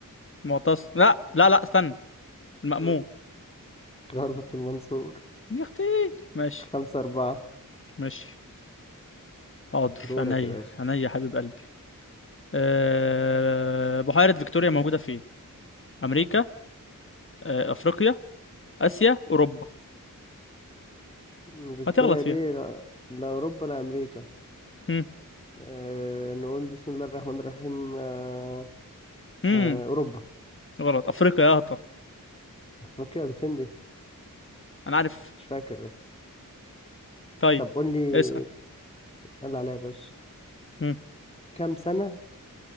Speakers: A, on the left; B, on the left.
A: معتصم لا لا لا استنى المأمون
B: مم. غلط المنصور
A: يا اختي ماشي
B: خمسة أربعة
A: ماشي حاضر
B: دورك
A: عينيا
B: يا باشا
A: عينيا يا حبيب قلبي أه... بحيرة فيكتوريا موجودة فين؟ أمريكا أه... أفريقيا آسيا أوروبا
B: مم، فيكتوريا
A: هتغلط فيها
B: دي لا, لا أوروبا لا أمريكا
A: هم
B: أه نقول بسم الله الرحمن الرحيم أه
A: هم
B: أه أوروبا
A: غلط أفريقيا يا هطل
B: أفريقيا ولا فين دي
A: أنا عارف
B: مش فاكر بس
A: طيب
B: طب قول لي
A: اسأل
B: يلا عليا يا باشا
A: هم
B: كم سنة